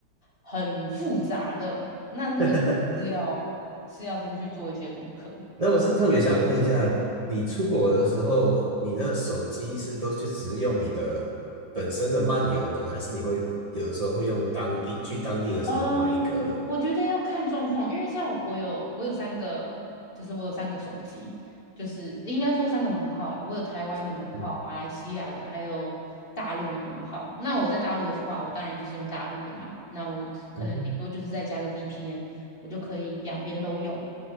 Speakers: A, on the left; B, on the right.
A: 很复杂的，那那个是要是要先去做一些功课。
B: <laughs> 那我是特别想问一下，你出国的时候，你的手机是都就只是用你的本身的漫游呢，还是你会有的时候会用当地去当地的时候买一个？
A: 嗯，我觉得要看状况，因为像我有我有三个，就是我有三个手机，就是应该说三个门号啦。我有台湾的门号、
B: 嗯
A: 马来西亚的，还有大陆的门号。那我在大陆的话，我当然就是用大陆的嘛。那我可能顶多就是再加个
B: 嗯哼
A: VPN，我就可以两边都用。